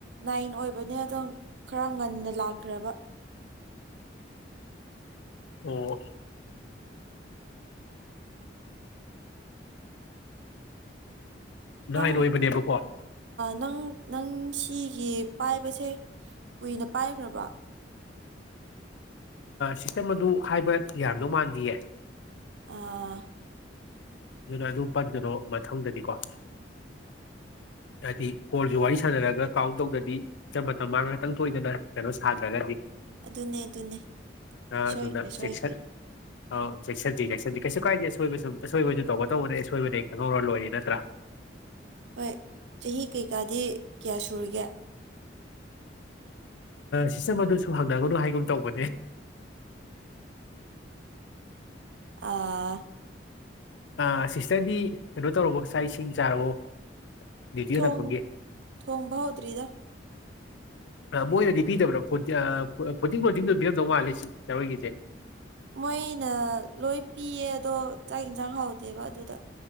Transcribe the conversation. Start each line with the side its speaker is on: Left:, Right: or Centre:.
Right: ꯅꯥꯏꯟ ꯑꯣꯏꯕꯅꯦ ꯑꯗꯣ ꯈꯔ ꯉꯟꯅ ꯂꯥꯛꯈ꯭ꯔꯕ
Left: ꯑꯣ ꯅꯥꯏꯟ
Right: ꯅꯪ
Left: ꯑꯣꯏꯕꯅꯦꯕꯀꯣ
Right: ꯅꯪ ꯅꯪ ꯁꯤꯒꯤ ꯄꯥꯏꯕꯁꯦ ꯀꯨꯏꯅ ꯄꯥꯏꯈ꯭ꯔꯕ꯭ꯔꯣ
Left: ꯁꯤꯁꯇꯦꯝ ꯑꯗꯨ ꯍꯥꯏꯕ ꯌꯥꯝꯗꯧ ꯃꯥꯟꯗꯌꯦ
Right: ꯑꯥ
Left: ꯑꯗꯨꯅ ꯑꯗꯨ ꯄꯟꯒꯅꯣ ꯃꯊꯪꯗꯗꯤꯀꯣ ꯍꯥꯏꯗꯤ ꯀꯣꯜꯁꯨ ꯋꯥꯔꯤ ꯁꯥꯟꯅꯔꯒ ꯀꯥꯎꯟ ꯇꯧꯗꯗꯤ ꯃꯇꯝ ꯃꯥꯡ ꯈꯥꯛꯇꯪ ꯊꯣꯛꯣꯏꯗꯅ ꯀꯩꯅꯣ ꯁꯥꯗ꯭ꯔꯒꯗꯤ
Right: ꯑꯗꯨꯅꯦ ꯑꯗꯨꯅꯦ
Left: ꯑꯗꯨꯅ
Right: ꯁꯣꯏꯈ꯭ꯔꯦ ꯁꯣꯏꯈ꯭ꯔꯦ
Left: ꯆꯦꯛꯁꯟ ꯑꯧ ꯆꯦꯛꯁꯟꯁꯤ ꯆꯦꯛꯁꯟꯁꯤ ꯀꯩꯁꯨ ꯀꯥꯏꯗꯦ ꯑꯁꯣꯏꯕ ꯁꯨꯝ ꯑꯁꯣꯏꯕ ꯇꯧꯕ ꯇꯧꯕꯗ ꯑꯁꯣꯏꯕꯗ ꯈꯪꯍꯧꯔ ꯂꯣꯏꯔ ꯅꯠꯇ꯭ꯔꯥ
Right: ꯍꯣꯏ ꯆꯍꯤ ꯀꯩꯀꯥꯗꯤ ꯀꯌꯥ ꯁꯨꯔꯤꯒꯦ
Left: ꯁꯤꯁꯇ ꯃꯗꯨꯁꯨ ꯍꯪꯅꯒꯅꯨ ꯍꯥꯏꯒꯨꯝ ꯇꯧꯕꯅꯦ
Right: ꯑꯥ
Left: ꯑ ꯁꯤꯁꯇꯔꯗꯤ ꯀꯩꯅꯣ ꯇꯧꯔꯕꯣ ꯆꯥꯛ ꯏꯁꯤꯡ ꯆꯥꯔꯕꯣ ꯗ꯭ꯌꯨꯇꯤ
Right: ꯊꯣꯡ
Left: ꯍꯜꯂꯛꯄꯒꯤ
Right: ꯊꯣꯡꯕꯥ ꯎꯗ꯭ꯔꯔꯤꯗ
Left: ꯃꯣꯏꯅꯗꯤ ꯄꯤꯗꯕ꯭ꯔꯥ ꯐꯨ ꯐꯨꯗꯤꯡ ꯔꯣꯗꯤꯡꯗ ꯄꯤꯔꯝꯗꯧ ꯃꯥꯜꯂꯤ ꯁꯤ ꯆꯔꯣꯏꯒꯤꯁꯦ
Right: ꯃꯣꯏꯅ ꯂꯣꯏ ꯄꯤꯌꯦ ꯑꯗꯣ ꯆꯥꯛ ꯌꯦꯟꯁꯥꯡ ꯍꯥꯎꯗꯦꯕ ꯑꯗꯨꯗ